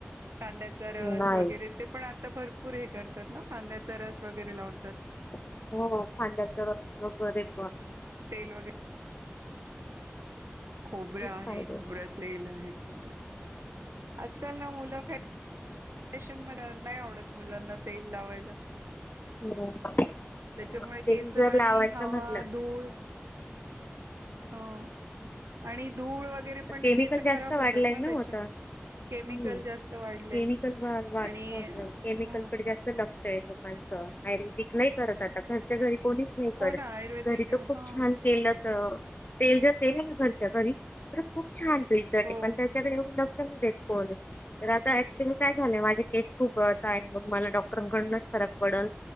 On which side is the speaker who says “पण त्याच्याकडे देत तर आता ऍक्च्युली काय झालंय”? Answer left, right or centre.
Left